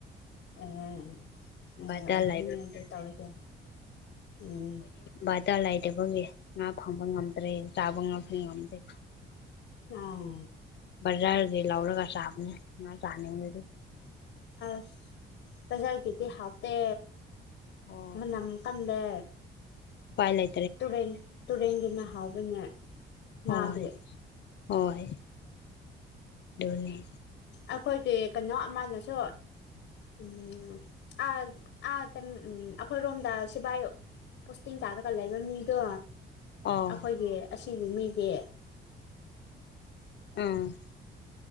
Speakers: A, on the left; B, on the left.
A: ꯑꯦꯟ ꯑꯣꯏ
B: ꯕꯇꯔ
A: ꯑꯣꯏꯕꯅꯦ
B: ꯂꯩꯕ
A: ꯑꯗꯨ ꯇꯧꯔꯗꯤ ꯎꯝ
B: ꯕꯥꯗꯥ ꯂꯩꯇꯕꯒꯤ ꯉꯥ ꯐꯪꯕ ꯉꯝꯗ꯭ꯔꯦ ꯆꯥꯕꯥ ꯉꯥꯛꯁꯨꯅꯤ ꯉꯝꯗꯦ
A: ꯑꯥ
B: ꯕꯖꯥꯔꯗꯩ ꯂꯧꯔꯒ ꯆꯥꯕꯅꯦ ꯉꯥ ꯆꯥꯅꯤꯡꯂꯗꯤ
A: ꯑꯁ ꯄ꯭ꯔꯖꯥꯔꯒꯤꯗꯤ ꯍꯥꯎꯇꯦ
B: ꯍꯣꯏ
A: ꯃꯅꯝ ꯀꯟꯂꯦ
B: ꯎꯄꯥꯏ ꯂꯩ
A: ꯇꯨꯔꯦꯟ ꯇꯨꯔꯦꯟꯒꯤꯅ ꯍꯥꯎꯕꯅꯦ ꯉꯥꯗꯤ
B: ꯍꯣꯏ ꯍꯣꯏ ꯗꯨꯅꯦ
A: ꯑꯈꯣꯏꯒꯤ ꯀꯩꯅꯣ ꯑꯃꯅꯁꯨ ꯎꯝ ꯑꯥ ꯑꯥ ꯑꯈꯣꯏꯔꯣꯝꯗ ꯁꯤꯕꯥꯥꯏ ꯄꯣꯁꯇꯤꯡ ꯇꯥꯔꯒ ꯂꯩꯕ ꯃꯤꯗꯣ
B: ꯑꯣ
A: ꯑꯈꯣꯏꯒꯤ ꯑꯁꯤꯒꯤ ꯃꯤꯒꯤ
B: ꯎꯝ